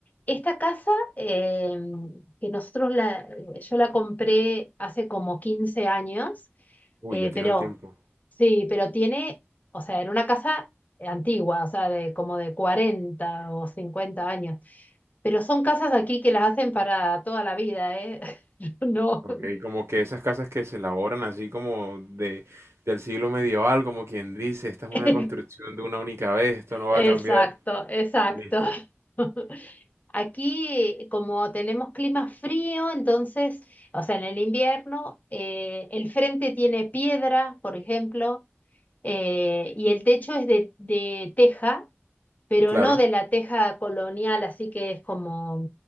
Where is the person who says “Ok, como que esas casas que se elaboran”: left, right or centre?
Right